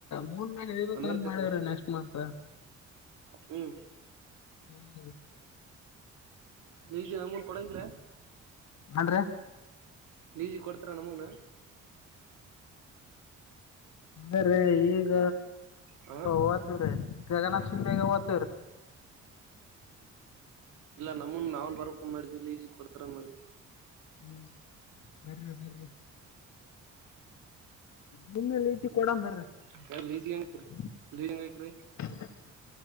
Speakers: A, on the left; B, on the right.
A: ಮೂನ್ ಮೇಲೆ ಇಳಿಬೇಕಂತ
B: ಅಮೇರಿಕಕ್ಕೆ
A: ಮಾಡವ್ರಿ ನೆಕ್ಸ್ಟ್ ಮಂತ್
B: ಹ್ಮ್
A: ಹ್ಮ್
B: ಲಜ ನಮೂನ್ ಕೊಡಂಗರ
A: ಹಾನ್ರಿ
B: ಲಜಿ ಕೊಡ್ತಾರ ನಮಗನು
A: ಆದ್ರೆ ಈಗ
B: ಹಾ
A: ವತುರ ಜಗಾನಥ ಶಿಂದೆಗ ವತುರ
B: ಇಲ್ಲಾ ನಮನ್ ನಾವನ್ ಬರಕ ಮಾಡಿದ್ವಿ ಇಲ್ಲಿ ಈಜಿ ಕೊಡ್ತಾರಂದ್ ಮಾಡ್ವಿ
A: ಹ್ಮ್ ಬರ್ರರಿ ಬರ್ರಿ ಮಮ್ಮೆಲಿ ಇಟ್ಟಿ ಕೊಡ ಬರ್ರ
B: ಮಾಡಿದ್ವಿ ಲೀಜಿ ಹೆಂಗ್
A: <unintelligible>
B: ಲೀಜ್ ಹೆಂಗ್ ಹಾಕ್ರಿ